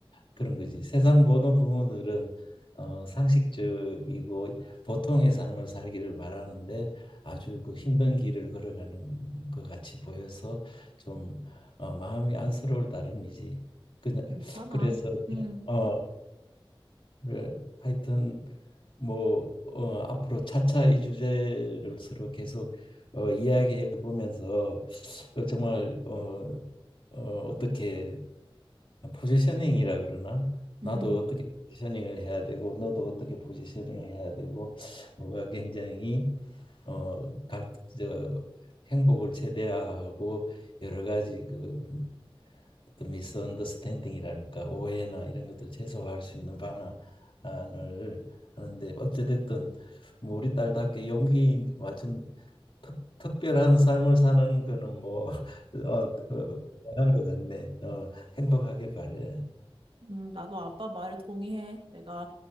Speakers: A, on the left (about 65°); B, on the right (about 70°).
A: 그런 거지. 세상 모든 부모들은 어, 상식적이고 보통의 삶을 살기를 바라는데 아주 그 힘든 길을 걸어가는 것 같이 보여서 좀 어, 마음이 안쓰러울 따름이지. 그냥
B: 괜찮아.
A: 그래서
B: 음,
A: 어, 그래, 하여튼 뭐 어, 앞으로 차차 이 주제를 서로 계속 어, 이야기해 보면서 어, 정말 어, 어, 어떻게 포지셔닝이라 그러나 나도
B: 음,
A: 어떻게 포지셔닝을 해야 되고 너도 어떻게 포지셔닝을 해야 되고 뭐가 굉장히 어, 갈, 저, 행복을 최대화하고 여러 가지 그 음, 또 미스언더스탠딩이랄까 오해나 이런 것들 최소화할 수 있는 방안을 하는데 어찌됐든 뭐 우리 딸답게 용기 완전 특, 특별한 삶을 사는 거는 뭐 어, 어, 한것 같네. 어, 행복하게 바래.
B: 음, 나도 아빠 말에 동의해. 내가